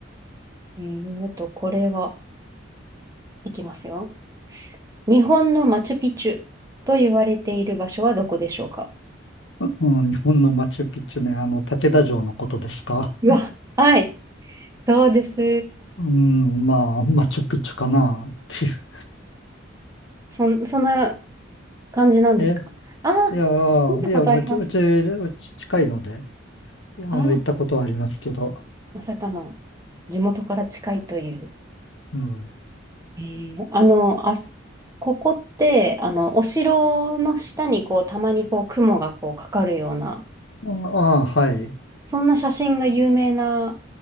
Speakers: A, on the right (about 15°); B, on the left (about 75°).
A: えーあと、これは、いきますよ。日本のマチュピチュと言われている場所はどこでしょうか
B: うん、日本のマチュピチュね、あの、竹田城のことですか。
A: うわ、はい。そうです。
B: うん、まあ、マチュピチュかな、っていう。
A: そん、そんな感じなんですかああ、
B: え、いやー、
A: 私見たことあります。
B: いや、うち、うち、うち近いので、あの、
A: ああ、
B: 行ったことはありますけど。
A: まさかの地元から近いという。
B: うん。
A: えーあの、あす、ここって、あの、お城の下にこう、たまにこう、雲がこう、かかるような、
B: うんああ、はい。
A: そんな写真が有名な